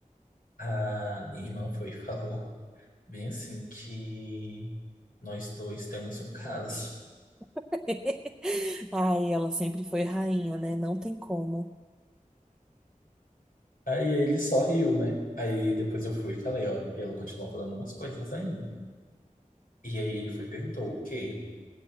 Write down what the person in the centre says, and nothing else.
<laughs> Ai, ela sempre foi rainha, né? Não tem como.